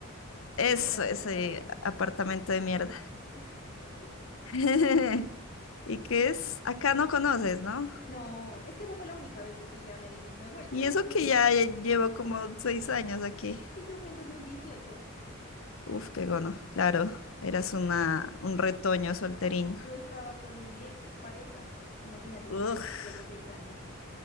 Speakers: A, on the left; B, on the left.
A: eso,
B: Sí Era, ¿no?
A: ese
B: Prado Centro.
A: apartamento de mierda.
B: <laughs>
A: <laughs> Y que es, acá no conoces, ¿no?
B: No, es que esa fue la única vez que fui ya a Medellín, no he vuelto
A: Y
B: desde
A: eso
B: esa
A: que
B: vez.
A: ya llevo como seis años aquí.
B: Sí, yo fui en 2018.
A: Uf, qué gono. Claro, eras una, un retoño solterín.
B: yo estaba con mi ex pareja, imagínate
A: Uf,
B: si con Santi llevo seis años.